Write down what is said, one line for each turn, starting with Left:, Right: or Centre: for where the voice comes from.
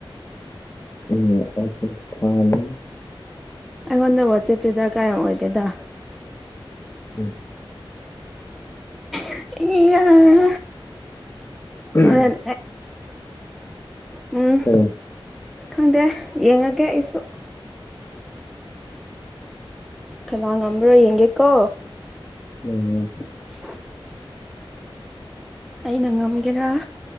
Left: ꯎꯝ ꯋꯥꯆꯦꯞ ꯊꯥꯅꯤ
Centre: ꯑꯩꯉꯣꯟꯗ ꯋꯥꯆꯦꯞꯇꯨ ꯗꯔꯀꯥꯔ ꯌꯥꯝ ꯑꯣꯏꯗꯦꯗ꯫
Left: ꯎꯝ
Centre: <unintelligible>
Left: ꯎꯝ
Centre: ꯍꯣꯔꯦꯟ ꯎꯝ
Left: <unintelligible>
Centre: ꯈꯪꯗꯦ ꯌꯦꯡꯉꯒꯦ ꯑꯩꯁꯨ ꯀꯅꯥ ꯉꯝꯕ꯭ꯔꯥ ꯌꯦꯡꯒꯦꯀꯣ
Left: <unintelligible>
Centre: <unintelligible> ꯑꯩꯅ ꯉꯝꯒꯦꯔꯥ